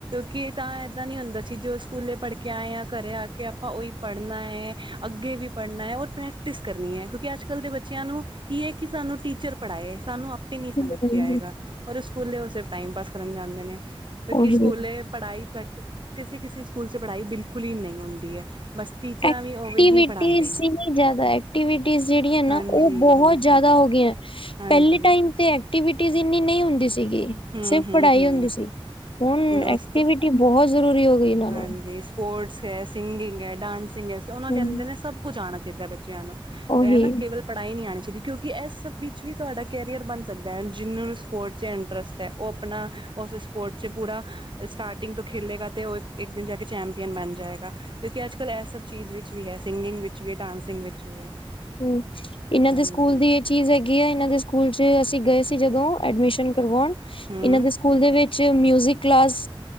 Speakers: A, on the right (about 55°); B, on the left (about 65°).
A: ਕਿ ਤਾਂ ਇੱਦਾਂ ਨਹੀਂ ਹੁੰਦਾ ਸੀ, ਜੋ ਸਕੂਲੇ ਪੜ੍ਹ ਕੇ ਆਏ ਆ ਘਰ ਆ ਕੇ ਆਪਾਂ ਉਹੀ ਪੜ੍ਹਨਾ ਹੈ ਅੱਗੇ ਵੀ ਪੜ੍ਹਨਾ ਹੈ ਔਰ ਪ੍ਰੈਕਟਿਸ ਕਰਨੀ ਹੈ, ਕਿਉਂਕਿ ਅੱਜ-ਕੱਲ੍ਹ ਦੇ ਬੱਚਿਆਂ ਨੂੰ ਕੀ ਹੈ, ਕਿ ਸਾਨੂੰ ਟੀਚਰ ਪੜ੍ਹਾਏ ਸਾਨੂੰ ਆਪ ਨਹੀਂ ਸਮਝ
B: ਹਮ
A: ਕੇ ਆਏਗਾ, ਔਰ ਸਕੂਲੇ ਉਹ ਸਿਰਫ ਟਾਈਮ ਪਾਸ ਕਰਨ ਜਾਂਦੇ ਨੇ ਕਿਉਂਕਿ
B: ਉਹੀ
A: ਸਕੂਲੇ ਪੜ੍ਹਾਈ ਘਟ ਕਿਸੇ ਕਿਸੇ ਸਕੂਲ 'ਚ ਪੜ੍ਹਾਈ ਬਿਲਕੁਲ ਹੀ ਨਹੀਂ ਹੁੰਦੀ ਹੈ। ਬਸ ਟੀਚਰਾਂ
B: ਐਕਟੀਵਿਟੀਜ਼
A: ਵੀ ਉਵੇਂ ਹੀ ਪੜ੍ਹਾਉਂਦੇ ਨੇ
B: ਹੀ ਨਹੀਂ ਜਿਆਦਾ, ਐਕਟੀਵਿਟੀ ਜਿਹੜੀਆਂ ਨਾ
A: ਹਾਂਜੀ
B: ਉਹ ਬਹੁਤ
A: ਹਾਂਜੀ
B: ਜ਼ਿਆਦਾ ਹੋ ਗਈਆਂ।
A: ਹਾਂਜੀ
B: ਪਹਿਲੀ ਟਾਈਮ ਤੇ ਐਕਟੀਵਿਟੀ ਇੰਨੀ ਨਹੀਂ ਹੁੰਦੀ ਸੀਗੀ।
A: ਹੂੰ
B: ਸਿਰਫ
A: ਹੂੰ
B: ਪੜ੍ਹਾਈ
A: ਹੂੰ
B: ਹੁੰਦੀ ਸੀ, ਹੁਣ
A: ਉਸ
B: ਐਕਟੀਵਿਟੀ
A: ਤੋਂ
B: ਬਹੁਤ ਜ਼ਰੂਰੀ ਹੋ ਗਈ। ਇਹਨਾਂ
A: ਹਾਂਜੀ,
B: ਨੂੰ
A: ਸਪੋ੍ਟਸ ਹੈ, ਸਿੰਗਿੰਗ ਏ, ਡਾਂਸਿੰਗ ਏ ਓਨਾਂ ਅਦਂਰ
B: ਹਮ
A: ਨਾ ਸਬ ਕੁੱਜ ਆਣਾ ਚਾਈਦਾ, ਬੱਚਿਆਂ ਨੂੰ,
B: ਉਹੀ
A: ਏਨਾ ਕੇਵਲ ਪਢਾਈ ਨੀ ਆਣੀ ਚਾਹੀਦੀ, ਕਿਉਂਕਿ ਏਸ ਸਬ ਵਿਚ ਵੀ ਤੂਆਡਾ ਕੈਰੀਅਰ ਬਨ ਸਕਦਾ, ਹੁਨ ਜਿਨ੍ਹਾਂ ਨੂ ਸਪੋਰਟਸ ਚ ਏੰਟ੍ਰਸਟ ਅਤੇ ਉਹ ਆਪਣਾ ਉਸ ਸਪੋਰਟਸ 'ਚ ਪੂਰਾ ਸਟਾਰਟਿੰਗ ਤੋਂ ਖੇਲੇਗਾ ਅਤੇ ਉਹ ਇੱਕ ਦਿਨ ਜਾ ਕੇ ਚੈਂਪੀਅਨ ਬਣ ਜਾਏਗਾ। ਕਿਉਂਕਿ ਅੱਜ ਕੱਲ੍ਹ ਇਹ ਸਭ ਚੀਜ਼ ਵਿੱਚ ਵੀ ਹੈ ਸਿੰਗਿੰਗ ਵਿੱਚ ਵੀ ਹੈ ਡਾਂਸਿੰਗ ਵਿੱਚ ਵੀ ਹੈ।
B: ਹੂੰ ਇਹਨਾਂ
A: ਹਾਂਜੀ
B: ਦੇ ਸਕੂਲ ਦੀ ਚੀਜ਼ ਹੈਗੀ ਆ ਇਹਨਾਂ ਦੇ ਸਕੂਲ ਚ ਅਸੀਂ ਗਏ ਸੀ ਜਦੋਂ ਐਡਮਿਸ਼ਨ ਕਰਵਾਉਣ
A: ਹੂੰ
B: ਇਹਨਾਂ ਦੇ ਸਕੂਲ ਦੇ ਵਿੱਚ ਮਿਊਜਿਕ ਕਲਾਸ